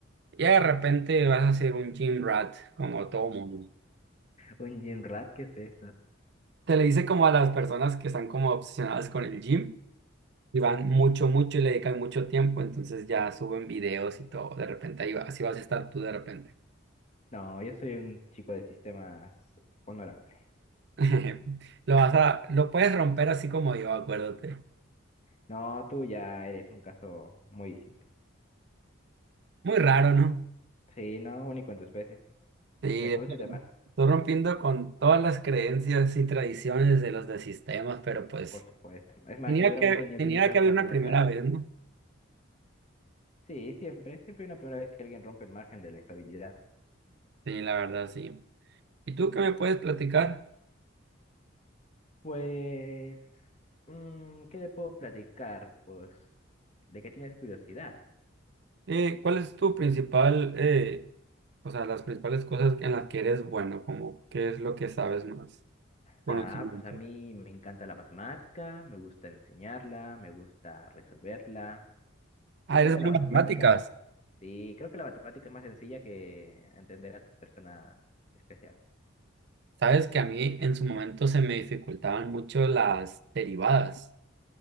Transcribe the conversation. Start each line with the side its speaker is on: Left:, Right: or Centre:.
Right: y de repente vas a ser un gym rat como todo mundo.
Left: ¿Un gym rat? ¿Qué es eso?
Right: Te le dice como a las personas que están como obsesionadas con el gym y van mucho, mucho y le dedican mucho tiempo, entonces ya suben videos y todo, de repente ahí va, así vas a estar tú de repente.
Left: No, yo soy un chico de sistemas honorable.
Right: <laughs> Lo vas a, lo puedes romper así como yo, acuérdate.
Left: No, tú ya eres un caso muy distinto.
Right: Muy raro, ¿no?
Left: Sí, no, único en tu especie.
Right: Sí,
Left: Reprodúcete
Right: estoy
Left: más,
Right: estoy rompiendo con todas las creencias y tradiciones de los de sistemas, pero pues
Left: por supuesto. Es más,
Right: tenía
Left: seguramente
Right: que,
Left: ni
Right: tenía
Left: utilizas
Right: que haber
Left: pantalones
Right: una primera
Left: kaki.
Right: vez, ¿no?
Left: Sí, siempre, siempre hay una primera vez que alguien rompe el margen de la estabilidad.
Right: Sí, la verdad, sí. ¿Y tú qué me puedes platicar?
Left: Pues, mm, ¿qué le puedo platicar? Pues, ¿de qué tienes curiosidad?
Right: Eh, ¿cuál es tu principal, eh, o sea, las principales cosas en las que eres bueno, como qué es lo que sabes más? Conocimiento.
Left: Ah, pues a mí me encanta la matemática, me gusta enseñarla, me gusta resolverla.
Right: Ah,
Left: Creo
Right: eres
Left: que
Right: bueno
Left: la matemática,
Right: en matemáticas.
Left: sí, creo que la matemática es más sencilla que entender a tu persona especial.
Right: Sabes que a mí en su momento se me dificultaban mucho las derivadas.